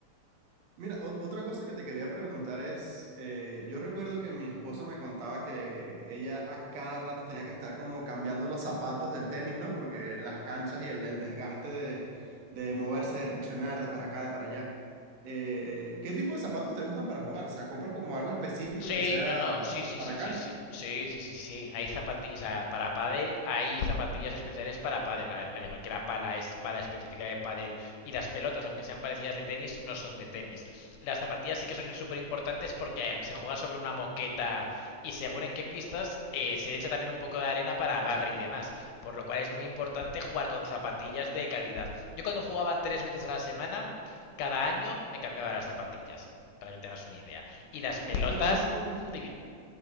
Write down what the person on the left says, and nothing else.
Sí,
no, no, sí, sí,
sí,
sí, sí, sí, sí, sí, sí. Hay zapatillas, o sea, para pádel hay zapatillas especiales para pádel, al al igual que la pala es para específica de pádel y las pelotas, aunque sean parecidas de tenis, no son de tenis. Las zapatillas sí que son súper importantes porque se juega sobre una moqueta y según en qué pistas eh, se le echa también un poco de arena para agarre y demás, por lo cual es muy importante jugar con zapatillas de calidad. Yo cuando jugaba tres veces a la semana, cada año me cambiaba las zapatillas para que te hagas una idea. Y las
pelotas,
dime,